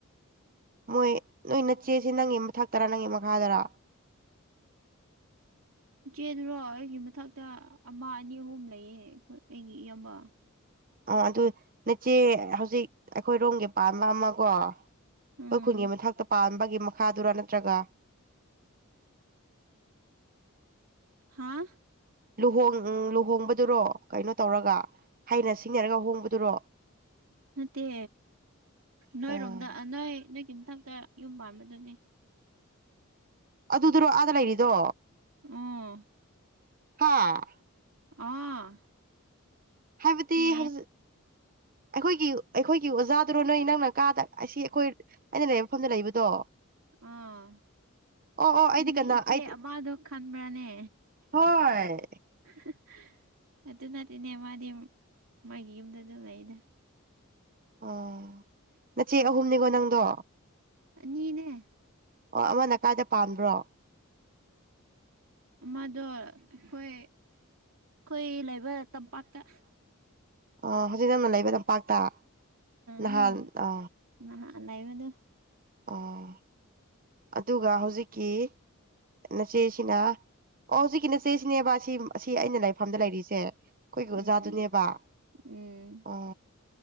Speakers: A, on the right; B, on the right.
A: ꯃꯣꯏ ꯅꯣꯏ ꯅꯠꯆꯦꯁꯦ ꯅꯪꯒꯤ ꯃꯊꯛꯇꯔꯥ ꯅꯪꯒꯤ ꯃꯈꯥꯗꯔꯥ
B: ꯏꯆꯦꯗꯨꯔꯣ ꯑꯩꯒꯤ ꯃꯊꯛꯇ ꯑꯃ ꯑꯅꯤ ꯑꯍꯨꯝ ꯂꯩꯌꯦ ꯑꯩꯒꯤ ꯏꯌꯥꯝꯕ
A: ꯑꯣ ꯑꯗꯨ ꯅꯆꯦ ꯍꯧꯖꯤꯛ ꯑꯩꯈꯣꯏꯔꯣꯝꯒꯤ ꯄꯥꯟꯕ ꯑꯃꯀꯣ ꯑꯈꯣꯏ
B: ꯎꯝ
A: ꯈꯨꯟꯒꯤ ꯃꯊꯛꯇ ꯄꯥꯟꯕꯒꯤ ꯃꯈꯥꯗꯨꯔꯥ ꯅꯠꯇ꯭ꯔꯒ
B: ꯍꯥꯥ
A: ꯂꯨꯍꯣꯡ ꯎꯪ ꯂꯨꯍꯣꯡꯕꯗꯨꯔꯣ ꯀꯩꯅꯣ ꯇꯧꯔꯒꯥ ꯍꯥꯏꯅ ꯁꯤꯡꯅꯔꯒ ꯍꯣꯡꯕꯗꯨꯔꯣ
B: ꯅꯠꯇꯦ ꯅꯣꯏꯔꯣꯝꯗ
A: ꯑꯣ
B: ꯑ ꯅꯣꯏ ꯅꯣꯏꯒꯤ ꯃꯊꯛꯇ ꯌꯨꯝ ꯄꯥꯟꯕꯗꯨꯅꯦ
A: ꯑꯗꯨꯗꯨꯔꯣ ꯑꯥꯗ ꯂꯩꯔꯤꯗꯣ
B: ꯎꯝ
A: ꯍꯥꯥ
B: ꯑꯥ
A: ꯍꯥꯏꯕꯗꯤ
B: ꯅꯦ
A: ꯍꯧꯖ ꯑꯩꯈꯣꯏꯒꯤ ꯑꯩꯈꯣꯏꯒꯤ ꯑꯣꯖꯥꯗꯨꯔꯣ ꯅꯣꯏ ꯅꯪꯅ ꯀꯥꯗ ꯑꯁꯤ ꯑꯩꯈꯣꯏ ꯑꯩꯅ ꯂꯩꯕ ꯃꯐꯝꯗ ꯂꯩꯕꯗꯣ
B: ꯑꯥ
A: ꯑꯣ ꯑꯣ ꯑꯩꯗꯤ
B: ꯅꯪꯗꯤ
A: ꯀꯅꯥ
B: ꯏꯆꯦ
A: ꯑꯩꯗꯤ
B: ꯑꯃꯗꯣ ꯈꯟꯕ꯭ꯔꯥꯅꯦ
A: ꯍꯣꯏ
B: <unintelligible> ꯑꯗꯨ ꯅꯠꯇꯦꯅꯦ ꯃꯥꯗꯤ ꯃꯥꯒꯤ ꯌꯨꯝꯗ ꯑꯗꯨꯝ ꯂꯩꯩꯌꯦꯗ
A: ꯑꯣ ꯅꯆꯦ ꯑꯍꯨꯝꯅꯤꯀꯣ ꯅꯪꯗꯣ
B: ꯑꯅꯤꯅꯦ
A: ꯑꯣ ꯑꯃꯅ ꯀꯥꯏꯗ ꯄꯥꯟꯕ꯭ꯔꯣ
B: ꯑꯃꯗꯣ ꯑꯩꯈꯣꯏ ꯑꯈꯣꯏ ꯂꯩꯕ ꯇꯥꯝꯄꯥꯛꯇ
A: ꯑꯥ ꯍꯧꯖꯤꯛ ꯅꯪꯅ ꯂꯩꯕ ꯇꯝꯄꯥꯛꯇ ꯅꯍꯥꯟ
B: ꯅꯪ
A: ꯑ
B: ꯅꯍꯥꯟ ꯂꯩꯕꯗꯨ
A: ꯑꯣ ꯑꯗꯨꯒ ꯍꯧꯖꯤꯛꯀꯤ ꯅꯆꯦꯁꯤꯅ ꯑꯣ ꯍꯧꯖꯤꯛꯀꯤ ꯅꯆꯦꯁꯤꯅꯦꯕ ꯁꯤꯝ ꯑꯁꯤ ꯑꯩꯅ ꯂꯩꯐꯝꯗ ꯂꯩꯔꯤꯁꯦ ꯑꯩꯈꯣꯏꯒꯤ ꯑꯣꯖꯥꯗꯨꯅꯦꯕ
B: ꯎꯝ
A: ꯑꯣ
B: ꯎꯝ